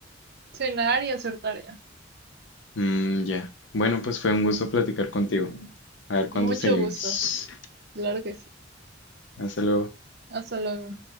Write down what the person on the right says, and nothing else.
Cenar y hacer tarea.
Mucho
gusto. Claro que sí.
Hasta luego.